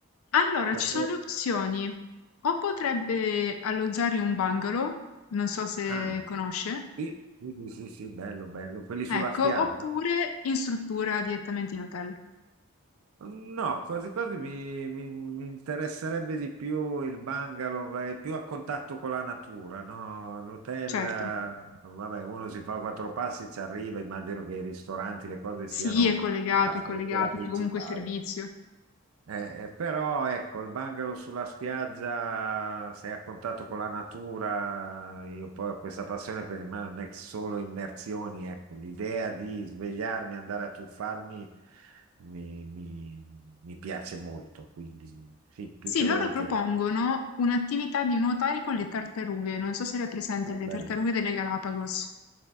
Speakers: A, on the left (about 80°); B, on the right (about 85°).
A: Allora,
B: perché...
A: ci sono le opzioni. O potrebbe alloggiare in un bungalow, non so se
B: Ah,
A: conosce.
B: sì, sì, sì, sì, sì, bello, bello, quelli sulla
A: Ecco,
B: spiaggia?
A: oppure in struttura direttamente in hotel.
B: No, quasi quasi mi, mi- mi interesserebbe di più il bungalow, è più a contatto con la natura, no? L'hotel,
A: Certo,
B: eh, vabbè, uno si fa quattro passi, ci arriva, immagino che i ristoranti, le cose
A: sì,
B: siano
A: è collegato,
B: nella struttura
A: è collegato,
B: principale.
A: c'è comunque servizio.
B: Eh, eh, però ecco, il bungalow sulla spiaggia, sei a contatto con la natura, io poi ho questa passione per il mare, non è che solo immersioni, ecco, l'idea di svegliarmi, andare a tuffarmi mi, mi- mi piace molto, quindi sì, più
A: Sì,
B: che
A: loro
B: volentieri.
A: propongono un'attività di nuotare con le tartarughe. Non so se le hai presente,
B: Oh,
A: le
B: bello.
A: tartarughe delle Galapagos.